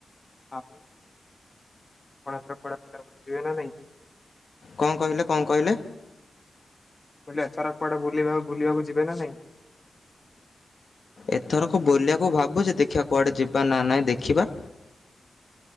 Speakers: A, on the left (about 30°); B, on the left (about 60°).
A: ଆଉ କଣଥର ପଢାପଢା ଯିବେ ନା ନାଇଁ।
B: କଣ କହିଲେ କଣ କହିଲେ?
A: ବହିଲେ ଏଥର କୁଆଡେ ବୁଲ ବୁଲିବାକୁ ଯିବେ ନା ନାଇଁ।
B: ଏଥରକୁ ବୁଲିବାକୁ ଭାବୁଛି ଦେଖିବା କୁଆଡେ ଯିବା ନା ନାଇଁ ଦେଖିବା।